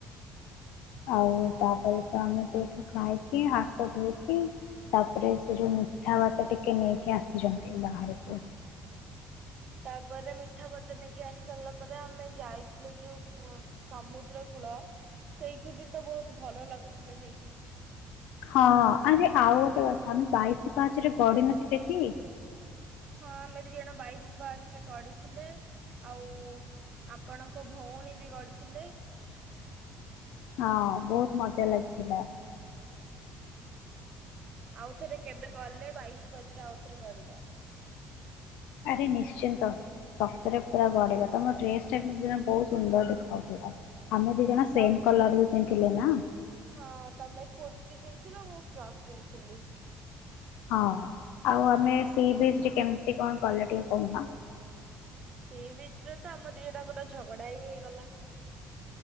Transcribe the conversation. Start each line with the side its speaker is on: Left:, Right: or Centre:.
Left: ଆଉ ତାପରେ ତ ଆମେ ସେଇଠୁ ଖାଇକି ହାତ ଧୋଇକି ତାପରେ ସେ ଯୋଉ ମିଠା ଭାତ ଟିକେ ନେଇକି ଆସିଛନ୍ତି ବାହାରକୁ
Right: ତାପରେ ମିଠା ଭ। ତ ନେଇକି ଆସି ସାରିଲା ପରେ ଆମେ ଯାଇଥିଲେ ଯୋଉ ସମୁଦ୍ର କୂଳ ସେଇଠି ବି ତ ବହୁତ ଭଲ ଲାଗୁଥିଲା ସେଇଠି
Left: ହଁ ଆରେ ଆଉ ଗୋଟେ କଥା ଆମେ ବାଇଶି ପାହାଚରେ ଗଡି ନଥିଲେ କି?
Right: ହଁ ଆମେ ଦି ଜଣ ବାଇଶି ପାହାଚରେ ଗଡିଥିଲେ ଆଉ ଆପଣଙ୍କ ଭଉଣୀ ବି ଗଡିଥିଲେ।
Left: ହଁ ବହୁତ ମଜା ଲାଗିଥିଲା।
Right: ଆଉଥରେ କେବେ ଗଲେ ବାଇଶି ପାହାଚରେ ଆଉଥରେ ଗଡିବା
Left: ଆରେ ନିଶ୍ଚିନ୍ତ ସତରେ ପୁରା ଗଡିବା ତମ ଡ୍ରେସ ଟା କି ବହୁତ ସୁନ୍ଦର ଦେଖାଉଥିଲା। ଆମେ ଦି ଜଣ
Right: ତ
Left: ସେମ କଲର ସେଣ୍ତିିଲ ନା
Right: ହଁ ତମେ କୁର୍ତିୀ ପିନ୍ଧଥିଲ ମୁଁ ଫ୍ରକ୍ ପିନ୍ଧିଥିଲି।
Left: ହଁ ଆଉ ଆମେ ସି ବିଚ୍ ରେ କେମିତି କଣ କଲେ କହୁନା
Right: ସେଇ ବିଚ ରେ ତ ଆମ ଦିଟାକୁର ଝଗଡା ହି ହେଇଗଲା।